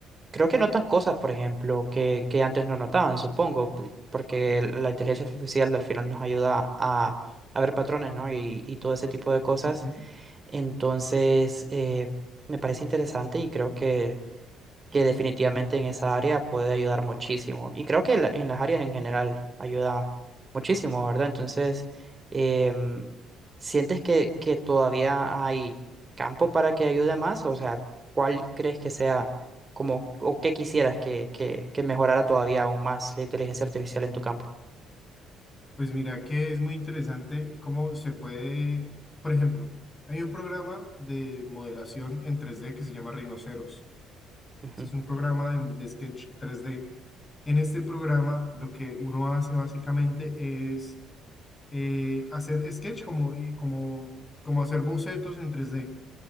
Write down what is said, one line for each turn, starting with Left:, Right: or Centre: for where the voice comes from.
Right: creo que notan cosas, por ejemplo, que, que antes no notaban, supongo, pu- porque la inteligencia artificial al final nos ayuda a, a ver patrones, ¿no? Y, y todo ese tipo de cosas.
Left: Ujú.
Right: Entonces, eh, me parece interesante y creo que que definitivamente en esa área puede ayudar muchísimo. Y creo que la- en las áreas en general ayuda muchísimo, ¿verdad? Entonces, em, ¿sientes que, que todavía hay campo para que ayude más? O sea, ¿cuál crees que sea como, o qué quisieras que, que, que mejorara todavía aún más la inteligencia artificial en tu campo?
Left: Pues mira que es muy interesante cómo se puede, por ejemplo, hay un programa de modelación en tres d que se llama Rhinoceros.
Right: Ujú,
Left: Este Es un programa de, de sketch tres d En este programa lo que uno hace básicamente es eh, hacer sketch como, y como, como hacer bocetos en tres d